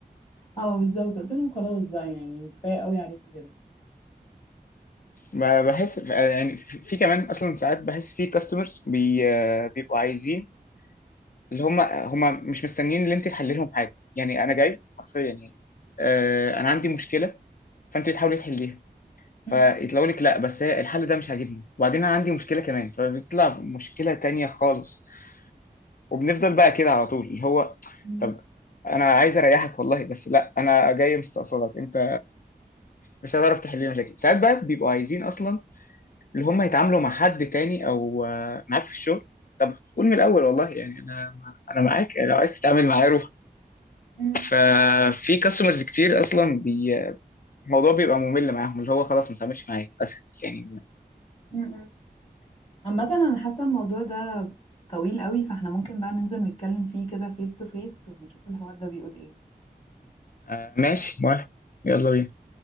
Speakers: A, on the left; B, on the left.
A: اه بالظبط قلت لهم خلاص بقى يعني كفايه قوي عليكم كده
B: ما بحس يعني في في كمان اصلا ساعات بحس في كاستمرز بي آه، بيبقوا عايزين اللي هم هم مش مستنيين ان انت تحلي لهم حاجه يعني انا جاي حرفيا يعني آه انا عندي مشكله فانت تحاولي تحليها فيطلعوا
A: مم.
B: لك لا بس هي الحل ده مش عاجبني وبعدين انا عندي مشكله كمان فبيطلع مشكله تانية خالص وبنفضل بقى كده على طول اللي هو
A: مم.
B: طب انا عايز اريحك والله بس لا انا جاي مستقصدك انت مش هتعرف تحل لي مشاكل ساعات بقى بيبقوا عايزين اصلا اللي هم يتعاملوا مع حد تاني او آه، معاك في الشغل طب قول من الاول والله يعني انا انا معاك لو عايز تتعامل معايا روح
A: مم.
B: ففي كاستمرز كتير اصلا بي... الموضوع بيبقى ممل معاهم اللي هو خلاص ما تعملش معايا اسف يعني
A: مم. عامة انا حاسة الموضوع ده طويل قوي فاحنا ممكن بقى ننزل نتكلم فيه كده فيس تو فيس ونشوف الحوار ده بيقول ايه
B: آه ماشي موافق يلا بينا